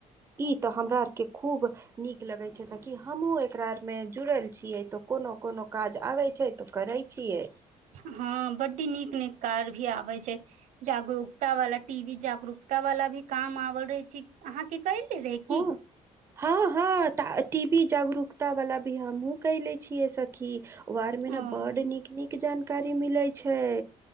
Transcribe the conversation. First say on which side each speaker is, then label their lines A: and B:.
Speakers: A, on the right; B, on the right.
A: ई तऽ हमरा आरके खूब नीक लगैत छै सकि हमहूँ एकरा आरमे जुड़ल छियै तऽ कोनो कोनो काज आबे छै तो करे छियै
B: हँ बड्ड नीक नीक कार भी आबै छै जागरूकता वाला टी वी जागरूकता वाला भी काम आवल रहै छै अहाँके कहिल रहै की
A: हँ हँ हँ त टी वी जागरूकता वाला भी हमहु केने छियै सखी वार मे
B: ह
A: ने बड नीक नीक जानकारी मिले छै